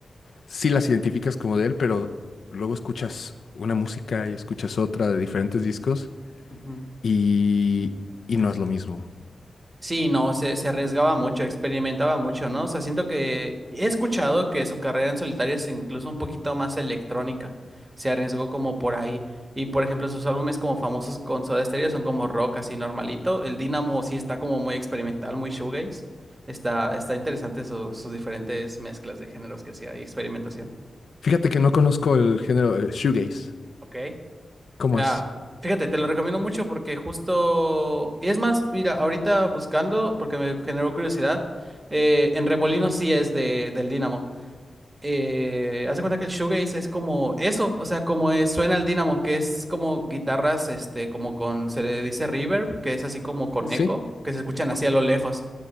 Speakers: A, on the left (about 60°); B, on the right (about 20°).
A: sí las identificas como de él, pero luego escuchas una música y escuchas otra de diferentes discos
B: Ujú.
A: y, y no es lo mismo.
B: Sí, no, se, se arriesgaba mucho, experimentaba mucho, ¿no? O sea, siento que he escuchado que su carrera en solitario es incluso un poquito más electrónica. Se arriesgó como por ahí. Y por ejemplo, sus álbumes como famosos con Soda Stereo son como rock así normalito. El Dynamo sí está como muy experimental, muy shoegaze. Está, está interesante su- sus diferentes mezclas de géneros que hacía y experimentación.
A: Fíjate que no conozco el género eh, shoegaze.
B: Ok.
A: ¿Cómo
B: Ah,
A: es?
B: fíjate, te lo recomiendo mucho porque justo, y es más, mira, ahorita buscando, porque me generó curiosidad, eh, en Remolinos sí es de, del Dynamo. Eh, haz de cuenta que el shoegaze es como eso, o sea, como es- suena el Dynamo, que es como guitarras, este, como con, se le dice reverb, que es así como con
A: Sí,
B: eco, que se escuchan así a lo lejos.